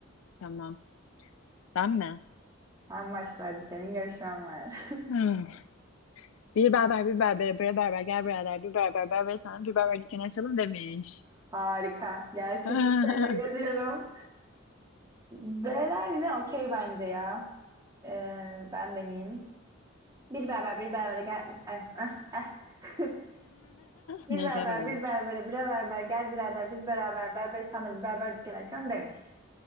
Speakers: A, on the left; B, on the right.
A: Tamam. Ben mi?
B: Sen başlardı senin görüşmen var.
A: <sighs> Bir berber bir berbere bre berber gel birader bir berber berber sana bir berber dükkanı açalım demiş.
B: <laughs> Harika. Gerçekten
A: <laughs>
B: tebrik ediyorum. B'ler yine okey bence ya. Ee, ben deneyeyim. Bir berber bir berbere gel. Eh, eh, eh. <laughs> Bir
A: Nazar
B: berber
A: oldu.
B: bir berbere bre berber gel birader biz beraber Berberistan'da bir berber dükkanı açalım demiş.